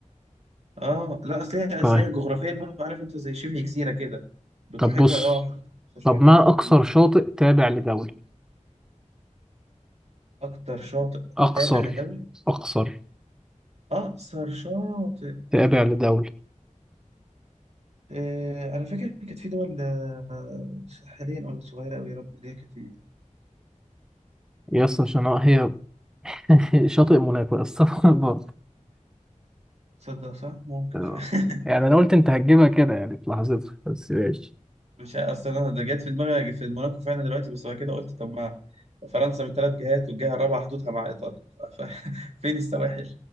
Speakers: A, on the right; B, in the centre.
A: اه لا اصل هي اصل
B: طيب
A: هي جغرافيا برضه عارف انت زي شبه جزيرة كده بتحيطها
B: طب بص
A: اه حدود فرنسا شوية
B: طب ما اقصر
A: مم.
B: شاطئ تابع لدولة
A: اكتر شاطئ
B: اقصر
A: تابع لدولة
B: اقصر
A: اقصر شاطئ
B: تابع لدولة
A: آه، انا فاكر كانت في دول آه، ساحليه ولا صغيره قوي يا رب اللي هي كانت
B: يا اسطى عشان هي <laughs> شاطئ موناكو يا اسطى <laughs> برضه
A: تصدق صح ممكن
B: آه.
A: ف... <laughs>
B: يعني انا قلت انت هتجيبها كده يعني في لحظتها بس ماشي
A: مش عارف، اصلا انا ده جت في دماغي في موناكو فعلا دلوقتي بس بعد كده قلت طب ما فرنسا من ثلاث جهات والجهه الرابعه حدودها مع ايطاليا ف... ف... <laughs> فين السواحل